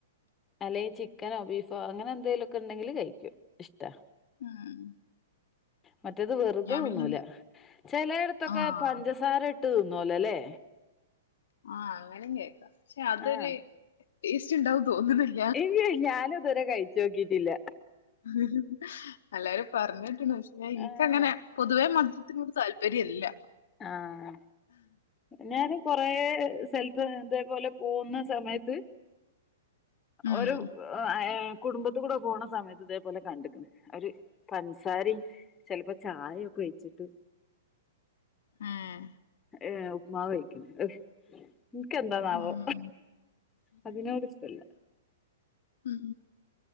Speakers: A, on the left; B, on the left.
A: അല്ലെങ്കി ചിക്കനോ ബീഫോ അങ്ങനെ എന്തെലും ഒക്കെണ്ടെങ്കിൽ കഴിക്കും ഇഷ്ടാ
B: ഉം
A: മറ്റേത് വേറ
B: ഞാൻ
A: ത് തിന്നൂല
B: പിന്നെ
A: ചിലയിടത്തൊക്കെ
B: ആഹ്
A: പഞ്ചസാര ഇട്ട് തിന്നല്ലോലെ
B: ആഹ് അങ്ങനേം കഴിക്കാം പക്ഷെ അതൊര്
A: ആഹ്
B: ടേസ്റ്റ്ണ്ടാവും ന്ന് തോന്നണ്ല്ല
A: ഏയ് അയ്‌ ഞാനത് ഇതുവരെ കഴിച്ചു നോക്കിട്ടില്ല
B: ഹ് ഹ് ഹി എല്ലാരും പറഞ്കേട്ട്ണ് പക്ഷെ ഇൻകങ്ങനെ
A: ആഹ്
B: പൊതുവേ മ- ധുരത്തിനോട് താല്പര്യല്ല
A: ആഹ് ഞൻ കൊറ സ്ഥലത്ത് അതേപോലെ പോകുന്ന സമയത്ത്
B: ഉം
A: ഒരു ഏ കുടുംബത്തി കൂടെ പോണ സമയത്ത് ഇതേപോലെ കണ്ടക്കണ് ഒര് പഞ്സാരി- ചിലപ്പോ ചായ ഒക്കെ വെച്ചിട്ട്
B: ഏഹ്
A: ഏ ഉപ്മാ കഴിക്കുന്ന- ഇൻക്കെന്താന്നാവോ
B: ഉം
A: അതിനോട് ഇഷ്ടല്ല
B: ഉം